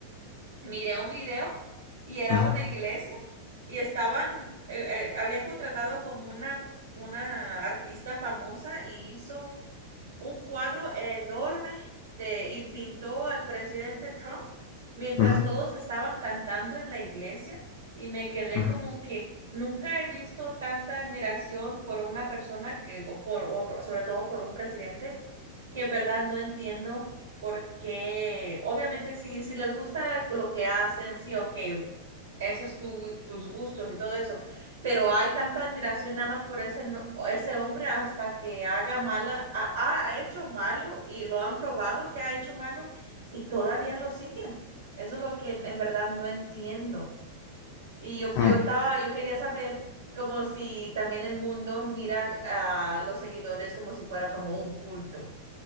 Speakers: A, on the right; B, on the left.
A: miré un video y era
B: ujú,
A: una iglesia y estaban, eh, eh, habían contratado como una, una artista famosa y hizo un cuadro enorme de, y pintó al presidente Trump mientras
B: ujú,
A: todos estaban cantando en la iglesia y me quedé
B: ujú,
A: como que nunca he visto tanta admiración por una persona que, o por, o sobre todo por un presidente que en verdad no entiendo por qué, obviamente si, si les gusta lo que hacen, sí, o que esos tu, tus gustos y todo eso, pero hay tanta admiración nada más por ese, no- ese hombre hasta que haga mala, ha, ha hecho malo y lo han probado que ha hecho malo y todavía lo siguen. Eso es lo que en en verdad no entiendo. Y yo, yo
B: ujú.
A: estaba, yo quería saber como si también el mundo mira a los seguidores como si fuera como un culto.